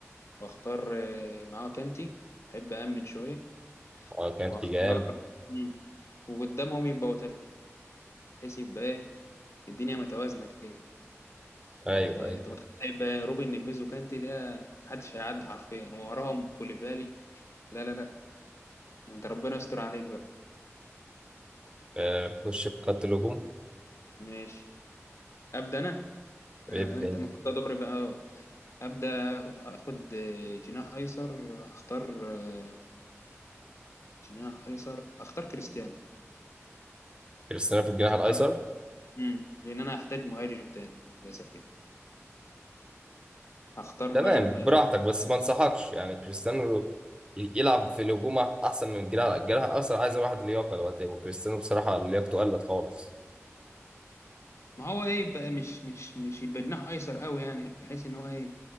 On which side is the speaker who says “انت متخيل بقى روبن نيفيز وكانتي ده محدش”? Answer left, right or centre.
Left